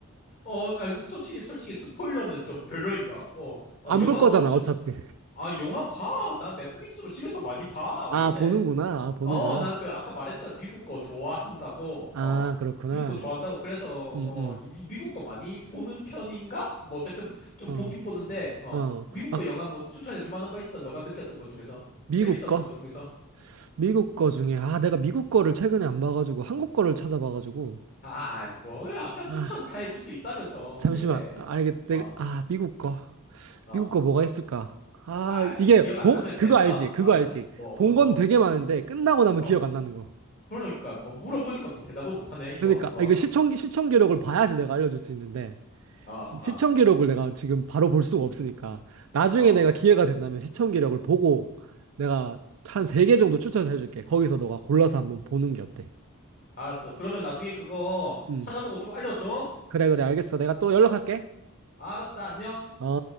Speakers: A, on the left (about 40°); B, on the right (about 70°).
A: 어, 아, 솔직히 솔직히 스포일러는 좀 별로인 것 같고. 어,
B: 안
A: 영화
B: 볼 거잖아,
A: 뭐 추,
B: 어차피.
A: 아, 영화 봐. 나 넷플릭스로 집에서 많이 봐.
B: 아,
A: 왜 그래?
B: 보는구나. 아, 보는구나.
A: 어, 나 그 아까 말했잖아. 미국 거 좋아한다고.
B: 아,
A: 어,
B: 그렇구나.
A: 미국 거 좋아한다고. 그래서
B: 음,
A: 어,
B: 음.
A: 이 미- 미국 거 많이 보는 편인가? 뭐 어쨌든 좀
B: 어,
A: 보긴 보는데 어,
B: 어.
A: 미국
B: 아,
A: 거 영화 뭐 추천해 줄 만한 거 있어? 너가 느꼈던 것 중에서
B: 미국
A: 재밌었던
B: 거?
A: 것 중에서?
B: 미국 거 중에, 아, 내가 미국 거를 최근에 안 봐가지고, 한국 거를 찾아봐가지고.
A: 아, 뭐야? 아까 추천
B: 아,
A: 다 해줄 수 있다면서
B: 잠시만.
A: 왜 그래?
B: 아,
A: 어,
B: 알겠, 내,
A: 어,
B: 아, 미국 거.
A: 어.
B: 미국 거 뭐가 있을까? 아,
A: 아이,
B: 이게,
A: 기억 안
B: 본,
A: 나면
B: 그거
A: 됐어.
B: 알지? 그거
A: 어,
B: 알지?
A: 뭐 어떤
B: 본 건
A: 거?
B: 되게 많은데, 끝나고 나면
A: 어,
B: 기억 안 나는 거.
A: 그러니까 뭐 물어보니까 뭐 대답을 못하네 이거.
B: 그러니까,
A: 어,
B: 아, 이거 시청, 시청 기록을 봐야지 내가 알려줄 수 있는데.
A: 어,
B: 이
A: 어,
B: 시청 기록을 내가 지금 바로 볼 수가 없으니까 나중에
A: 어.
B: 내가 기회가 된다면 시청 기록을 보고 내가 한 세 개 정도 추천을 해줄게. 거기서 너가 골라서 한번 보는 게 어때?
A: 알았어. 그러면 나중에 그거
B: 음.
A: 찾아보고 좀 알려줘.
B: 그래, 그래, 알겠어. 내가 또 연락할게.
A: 알았다. 안녕.
B: 어?